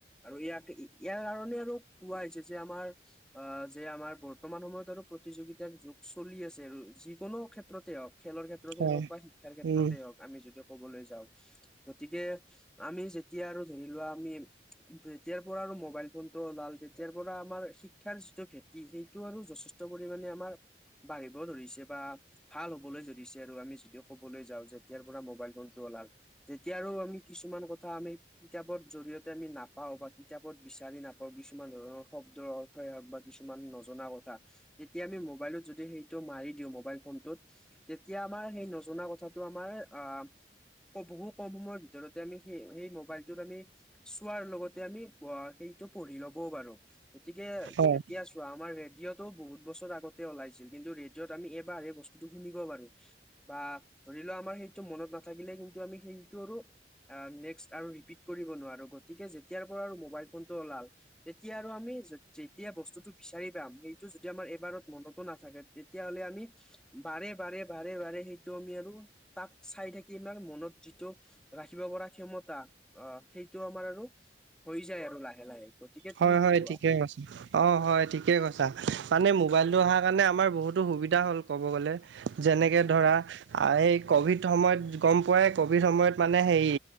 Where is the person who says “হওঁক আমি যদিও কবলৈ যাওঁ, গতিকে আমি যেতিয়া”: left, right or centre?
Centre